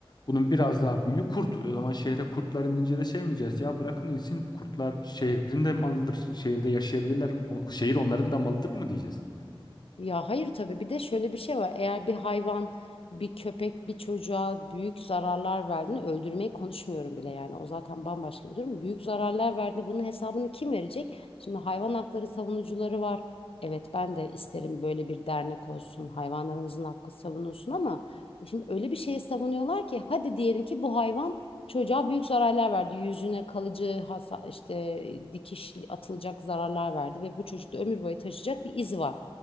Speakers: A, on the left; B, on the left.
A: bunun biraz daha büyüğü kurt. O zaman şehre kurtlar inince de şey mi diyeceğiz? Ya bırakın insin kurtlar şehrin de malıdır. Şehirde yaşayabilirler. O- şehir onların da malıdır mı diyeceğiz?
B: Ya hayır tabii bir de şöyle bir şey var. Eğer bir hayvan, bir köpek, bir çocuğa büyük zararlar verdiğinde öldürmeyi konuşmuyorum bile yani. O zaten bambaşka bir durum. Büyük zararlar verdiğinde bunun hesabını kim verecek? Şimdi hayvan hakları savunucuları var. Evet ben de isterim böyle bir dernek olsun. Hayvanlarımızın hakkı savunulsun ama e şimdi öyle bir şeyi savunuyorlar ki hadi diyelim ki bu hayvan çocuğa büyük zararlar verdi. Yüzüne kalıcı hasa, işte dikiş atılacak zararlar verdi ve bu çocukta ömür boyu taşıyacak bir iz var.